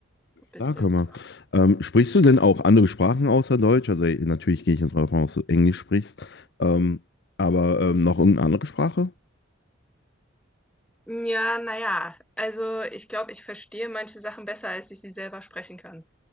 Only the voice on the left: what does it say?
Klar kann man. Ähm, sprichst du denn auch andere Sprachen außer Deutsch? Also äh, natürlich gehe ich jetzt mal davon aus, dass du Englisch sprichst. Ähm, aber ähm, noch irgendeine andere Sprache?